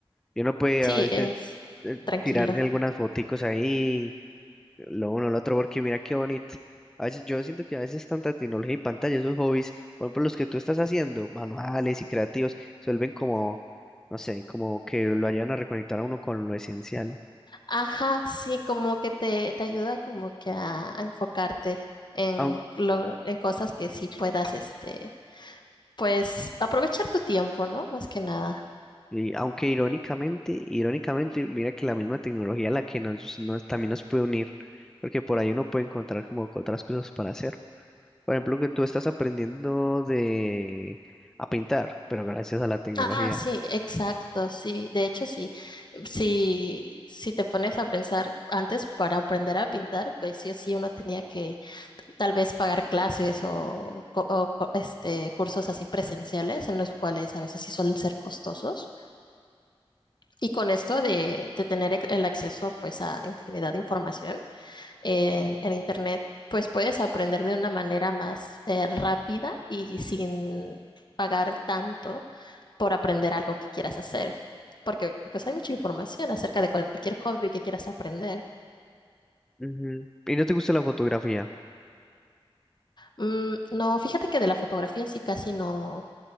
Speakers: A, in the centre; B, on the left.
A: Y uno puede
B: Sí,
A: a veces
B: es
A: eh,
B: tranquilo.
A: tirarse algunas foticos ahí. lo uno, lo otro, porque mira qué bonito. A veces yo siento que a veces tanta tecnología y pantalla, esos hobbies, por ejemplo, los que tú estás haciendo, manuales y creativos, se vuelven como, no sé, como que lo ayudan a reconectar a uno con lo esencial.
B: Ajá, sí, como que te, te ayuda como que a, a enfocarte en
A: Aun-
B: lo, en cosas que sí puedas, este, pues aprovechar tu tiempo, ¿no? Más que nada.
A: y aunque irónicamente, irónicamente, mira que la misma tecnología la que nos, nos también nos puede unir, porque por ahí uno puede encontrar como que otras cosas para hacer. Por ejemplo, que tú estás aprendiendo de a pintar, pero gracias a la tecnología.
B: Ah, sí, exacto, sí. De hecho, sí. Si, si te pones a pensar antes para aprender a pintar, pues sí o sí uno tenía que tal vez pagar clases o, co- o co- este, cursos así presenciales en los cuales a veces sí suelen ser costosos. Y con esto de, de tener el acceso pues a infinidad de información eh, en Internet, pues puedes aprender de una manera más eh, rápida y sin pagar tanto por aprender algo que quieras hacer. Porque pues hay mucha información acerca de cualquier hobby que quieras aprender.
A: Ujú. ¿Y no te gusta la fotografía?
B: Mm, no, fíjate que de la fotografía sí casi no,